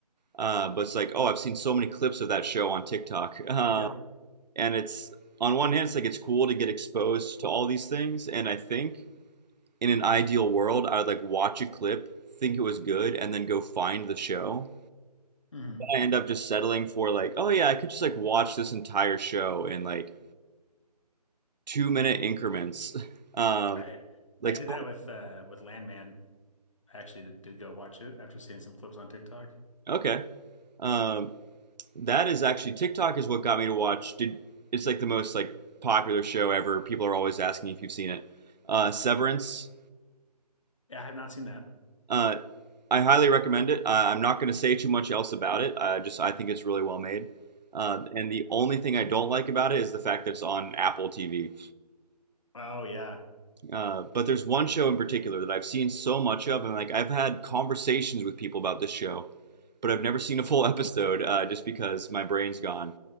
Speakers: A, on the right; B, on the left.
A: uh, but it's like oh I've seen so many clips of that show on TikTok, <laughs> uh,
B: Yep.
A: and it's on one hand it's like it's cool to get exposed to all these things, and I think in an ideal world, I would like watch a clip, think it was good, and then go find the show.
B: hmm
A: I end up just settling for like, oh yeah, I could just like watch this entire show in like two minute increments. <laughs> Um,
B: Right.
A: like
B: I did
A: so,
B: that with uh with Landman. I actually did, did go watch it after seeing some clips on TikTok.
A: okay, um, that is actually TikTok is what got me to watch. Did it's like the most like popular show ever. People are always asking if you've seen it. Uh, Severance
B: Yeah, I have not seen that.
A: Uh, I highly recommend it. Uh, I'm not going to say too much else about it. I just I think it's really well made. Uh, and the only thing I don't like about it is the fact that it's on Apple TV.
B: Oh yeah,
A: Uh, but there's one show in particular that I've seen so much of, and like I've had conversations with people about this show, but I've never seen a full <laughs> episode uh, just because my brain's gone.